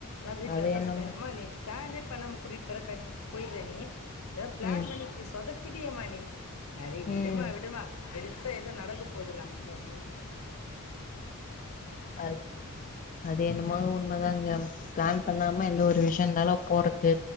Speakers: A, on the left (about 75°); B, on the left (about 35°).
A: நா வீட்ல
B: அது
A: அதான்
B: என்னமோ
A: சொன்னே அம்மா நீட் ப்ளானே பண்ணாம கூட்டிட் புற்க்கண் போய்ர்ர நீ த பிளான்
B: ம்
A: பண்ணி இப்டி சொதப்பிட் டியேமா நீ சரி விடுமா
B: ம்
A: விடுமா பெருசா எதோ நடக்க போது நமக்கு அப்டின்ட்
B: அத் அது என்னமாத் உண் மதாங்க பிளான் பண்ணாம எந்த ஒரு விஷயொருந்தாலு போறத்து